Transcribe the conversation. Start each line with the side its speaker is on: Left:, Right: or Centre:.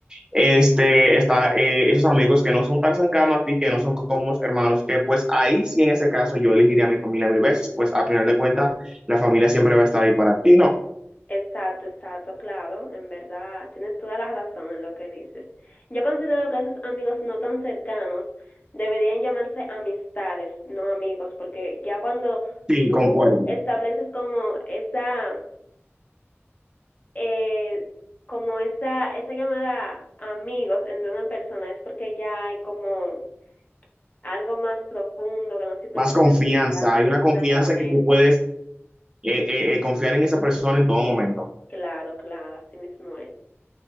Right: Este, está eh, esos amigos que no son tan cercanos a ti, que no son como hermanos, que pues ahí sí en ese caso yo elegiría a mi familia mil veces, pues al final de cuentas la familia siempre va a estar ahí para ti, ¿no?
Left: Exacto, exacto, claro, en verdad, tienes toda la razón en lo que dices. Yo considero que esos amigos no tan cercanos deberían llamarse amistades, no amigos, porque ya cuando
Right: Sí,
Left: tú
Right: concuerdo.
Left: estableces como esa eh, como esa, esa llamada amigos entre una persona es porque ya hay como algo más profundo que no simplemente
Right: Más confianza,
Left: amistad.
Right: hay una confianza
Left: Exactamente,
Right: que tú puedes eh, eh, eh, confiar en esa persona en todo momento.
Left: claro, claro, así mismo es.